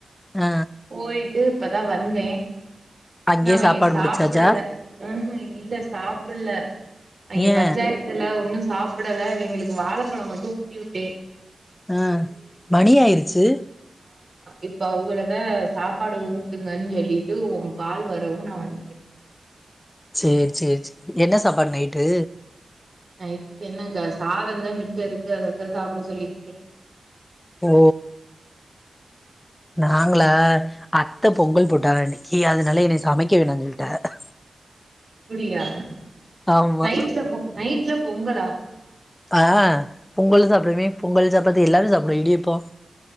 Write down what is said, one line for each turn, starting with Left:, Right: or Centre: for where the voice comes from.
Left: ஆ
Right: போய்ட்டு இப்பதா வந்தே
Left: அங்கேயே
Right: இன்னு அவங்க
Left: சாப்பாடு
Right: சாப்பிடல
Left: முடிச்சாச்சா
Right: ம்ஹூம் இல்ல சாப்பிட்ல்ல அங்க
Left: ஏ
Right: பஞ்சாயத்துல ஒண்ணு சாப்புடல இவங்களுக்கு வாழபழ மட்டு ஊட்டி விட்டே
Left: ஆ மணி ஆயிருச்சு
Right: இப்போ அவங்களதா சாப்பாடு ஊட்டுங்கன்னு சொல்லிட்டு உங்க கால் வரவு நா வந்துட்டே
Left: சேரி சேரி சேர் என்ன சாப்பாடு நைட்டு
Right: நைட் என்னங்க, சாதோந்தா மிச்சருக்கு. அததா சாப்பிட சொல்லியிருக்கே
Left: ஓ நாங்களா அத் அத்த பொங்கல் போட்டாக இன்னைக்கி அதனால என்னைய சமைக்க வேணாம்னு சொல்லிட்டாக
Right: அப்பிடியா,
Left: ஆமா
Right: நைட்ல நைட்ல பொங்கலா
Left: ஆ பொங்கலு சாப்பிடுவேனே பொங்கல் சாப்பாத்தி எல்லாமே சாப்பிடுவே இடியாப்போ